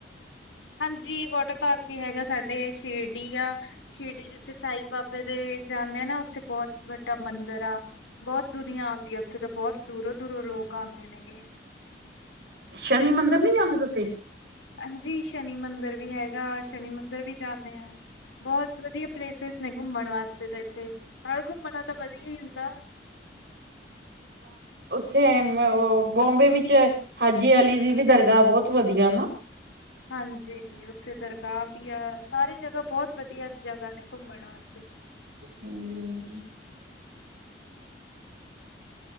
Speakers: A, on the left; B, on the right.
A: ਹਾਂਜੀ ਵਾਟਰ ਪਾਰਕ ਵੀ ਹੈਗਾ ਸਾਡੇ ਸ਼ਿਰਡੀ ਆ ਸ਼ਿਰਡੀ ਜਿੱਥੇ ਸਾਈ ਬਾਬੇ ਦੇ ਜਾਂਦੇ ਆ ਨਾ ਉੱਥੇ ਬਹੁਤ ਵੱਡਾ ਮੰਦਿਰ ਆ ਬਹੁਤ ਦੁਨੀਆਂ ਆਉਂ ਉੱਥੇ ਤਾਂ ਬਹੁਤ ਦੂਰੋਂ ਧੂਰੋਂ ਲੋਕ ਆਦੇ ਨੇ ਗੇ।
B: ਸ਼ਨੀ ਮੰਦਿਰ ਨਹੀਂ ਜਾਂਦੇ ਤੁਸੀਂ।
A: ਹਾਂਜੀ ਸ਼ਨੀ ਮੰਦਰ ਵੀ ਹੈਗਾ ਸ਼ਨੀ ਮੰਦਿਰ ਵੀ ਜਾਂਨੇ ਹਾਂ। ਬਹੁਤ ਵਧੀਆ। ਪਲੇਸਿਸ ਨੇ ਘੁੰਮਣ ਵਾਸਤੇ ਤਾਂ ਤੇ ਨਾਲੇ ਘੁੰਮਣ ਤਾਂ ਵਧੀਆ ਹੀ ਹੁੰਦਾ।
B: ਥੇ ਬੋਬੇ ਵਿੱਚ ਹਾਜੀ ਆਲੀ ਦੀ ਵੀ ਦਰਗਾਹ ਬਹੁਤ ਵਧੀਆ ਨਾ।
A: ਹਾਂਜੀ ਉੱਥੇ ਦਰਗਾਹ ਵੀ ਆ ਸਾਰੀ ਜਗ੍ਹਾ ਬਹੁਤ ਵਧੀਆ। ਜਗ੍ਹਾ ਨੇ ਘੁੰਮਣ ਵਾਸਤੇ
B: ਹੂੰ,